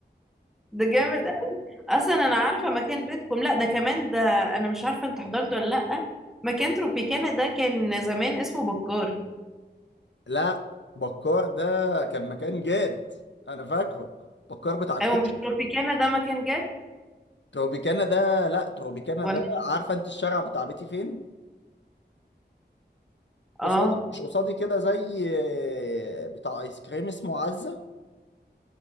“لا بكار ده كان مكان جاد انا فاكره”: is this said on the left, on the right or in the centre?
Left